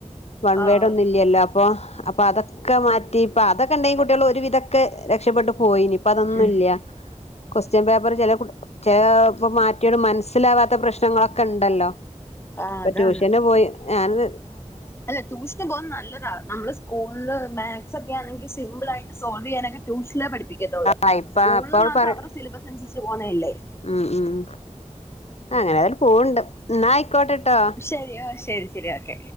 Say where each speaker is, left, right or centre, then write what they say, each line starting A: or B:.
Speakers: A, on the left (about 60°); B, on the left (about 20°).
A: വൺവേട്
B: ആഹ്
A: ഒന്നും ഇല്ലല്ലോ അപ്പൊ അപ്പൊ അതൊക്കെ മാറ്റി ഇപ്പൊ അതൊക്കെ ഉണ്ടെങ്കിൽ കുട്ടികൾ ഒരു വിധൊക്കെ രക്ഷപ്പെട്ടു പോയിനി ഇപ്പ അതൊന്നും
B: ഉം
A: ഇല്ല ക്വസ്റ്റ്യൻ പേപ്പർ ചില ചില ഇപ്പോ മാറ്റിയോട് മനസ്സിലാവാത്ത പ്രശ്നങ്ങളൊക്കെ ഉണ്ടല്ലോ
B: ആഹ്
A: ഇപ്പൊ
B: അതാണ്
A: ട്യൂഷന് പോയി ഞാന
B: അല്ല ട്യൂഷന് പോകുന്നത് നല്ലതാ നമ്മള് സ്കൂളില് മാത്‍സ് ഒക്കെ ആണെങ്കിൽ സിമ്പിള് ആയിട്ട് സോൾവ് ചെയ്യാനൊക്ക ട്യൂ പഠിപ്പിക്കത്തുള്ളൂ
A: ആ ഇപ്പ
B: സ്കൂളിനകത്ത്
A: അപ്പ അവള് പറ
B: അവരുടെ സിലബസ് അനുസരിച്ച് പോന്നഅല്ലേ
A: ഉം ഉം അങ്ങനെ അവര് പൂവണ്ട് ക്കോട്ടിട്ടോ
B: ശരി ഓ ശരി ശരി ഓക്കെ